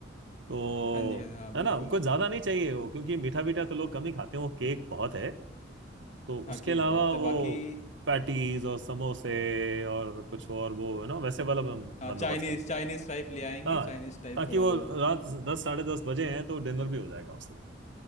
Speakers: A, on the right; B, on the left.
A: तो
B: हाँ जी हाँ हाँ बिल्कुल
A: है ना कुछ ज्यादा नहीं चाहिए वो क्योंकि मीठा मीठा तो लोग कम ही खाते हैं वो केक बहुत है तो
B: हाँ
A: उसके
B: केक
A: अलावा
B: बहुत
A: वो
B: है बाकी
A: पैटीज और समोसे और कुछ और वो है ना वैसे वाला बंदोबस्त
B: हाँ चाइनीज चाइनीज टाइप ले आएंगे
A: हाँ
B: चाइनीज टाइप
A: ताकि
B: थोड़ा
A: वो
B: बहुत
A: रात दस साढ़े दस बजे हैं तो डिनर भी हो जाएगा उस समय